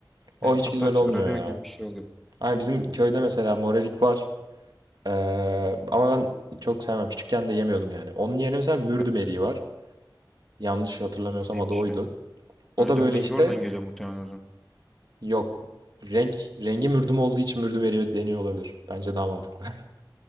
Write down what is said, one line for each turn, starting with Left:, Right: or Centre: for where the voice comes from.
Right: O
Centre: Evet
Right: hiç
Centre: hatta
Right: güzel
Centre: sararıyor
Right: olmuyor ya.
Centre: gibi bir şey oluyor.
Right: Ay bizim köyde mesela morerik var. Ee, ama ben çok sevmem. Küçükken de yemiyordum yani. Onun yerine mesela mürdüm
Centre: Be-
Right: eriği var. Yanlış hatırlamıyorsam
Centre: O neymiş
Right: adı oydu.
Centre: ya?
Right: O
Centre: Gördüğüm
Right: da böyle
Centre: rengi
Right: işte
Centre: oradan geliyor muhtemelen o zaman.
Right: yok renk rengi mürdüm olduğu için mürdüm eriyor deniyor olabilir. Bence daha mantıklı. <laughs>